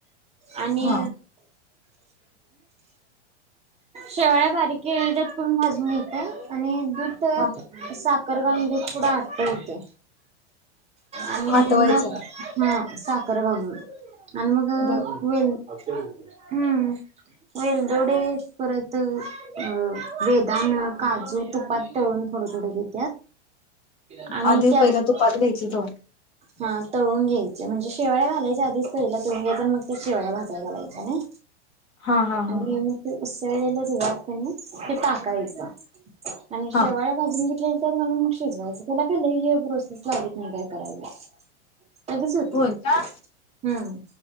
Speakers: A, on the right (about 20°); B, on the left (about 35°).
A: आणि
B: हा
A: शेवाळ बारीक केळीगत करून भाजून येतं आणि दुध तव्यात
B: हा
A: साखर करगालून दूध पुढं आटवतय आणि
B: आठवायचा
A: मग हम् साखर घालून आणि मग
B: बर
A: वेल हम्म वेलदोडे पररत अ बेदान काजू तुपात तळून थोडं थोडं घेत्यात आणि
B: आधी
A: त्यात
B: पहिला तुपात घ्यायच त
A: हा तळून घ्यायचे म्हणजे शेवाळ्या घालायच्या आधीच तळीला तळून घ्यायच्या आणि मग त्या शेवाळ्या भाज्या घालायच्या ना
B: हा हा हा
A: आणि
B: हा
A: मग ते ल तुझं <unintelligible> नाही ते टाकायचं आणि शेवाळ
B: हा
A: भाजून घेतलेले त्यात घालुन मग शिजवायच त्याला केलं प्रोसेस लागत नाही काय करायला लगेच होत्या.
B: होय काय
A: हम्म